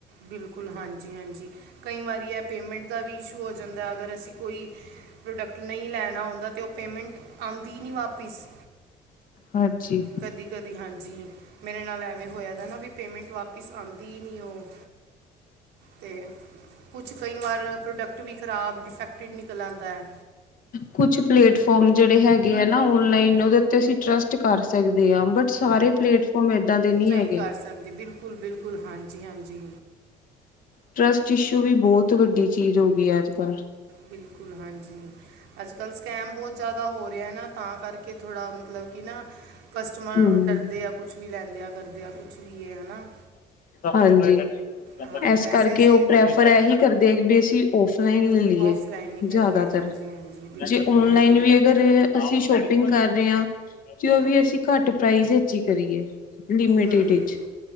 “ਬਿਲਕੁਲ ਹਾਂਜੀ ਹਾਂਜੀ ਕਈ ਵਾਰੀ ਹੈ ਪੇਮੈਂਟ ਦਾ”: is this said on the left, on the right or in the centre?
Right